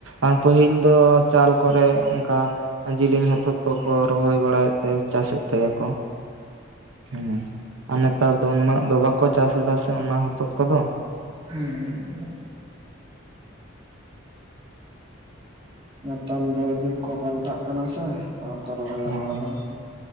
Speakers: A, on the right; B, on the right.
A: ᱟᱨ ᱯᱟᱹᱦᱤᱞ ᱫᱚ ᱪᱟᱞ ᱠᱚᱨᱮ ᱚᱝᱠᱟ, ᱡᱮᱞᱮᱧ ᱦᱚᱛᱚᱛ ᱠᱚᱠᱚ ᱨᱚᱦᱚᱭ ᱵᱟᱲᱟᱭᱮᱫ ᱛᱟᱦᱮᱸ ᱪᱟᱥᱮᱫ ᱛᱟᱦᱮᱸ ᱠᱚ ᱦᱩᱸ, ᱟᱨ ᱱᱮᱛᱟᱨ ᱫᱚ ᱩᱱᱟᱹᱜ ᱫᱚ ᱵᱟᱠᱚ ᱪᱟᱥ ᱮᱫᱟ ᱥᱮ ᱚᱱᱟ ᱦᱚᱛᱚᱫ ᱠᱚ ᱫᱚ
B: ᱦᱮᱸ ᱱᱮᱛᱟᱨ ᱫᱚ ᱡᱩᱜᱽ ᱠᱚ ᱯᱟᱞᱴᱟᱜ ᱠᱟᱱᱟ ᱥᱮ ᱵᱟᱝ ᱠᱚ ᱨᱚᱦᱚᱭᱟ
A: ᱦᱮᱸ
B: ᱱᱚᱣᱟ ᱫᱚ ᱾